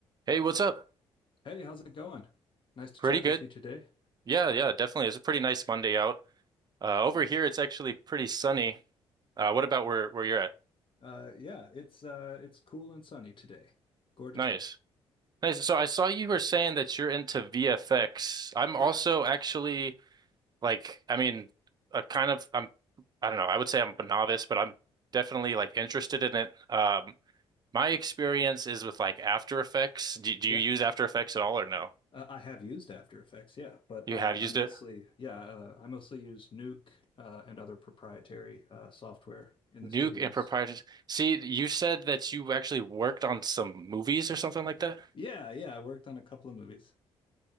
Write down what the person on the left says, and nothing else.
Hey, how's it going? Nice to
chat
with you today.
Uh, yeah, it's uh, it's cool and sunny today. Gorgeous
day.
Yeah,
yeah.
Uh, I have used After Effects, yeah, but
uh,
I mostly,
yeah, uh, I mostly use Nuke uh, and other proprietary uh, software in the
studios.
Yeah, yeah. I worked on a couple of movies.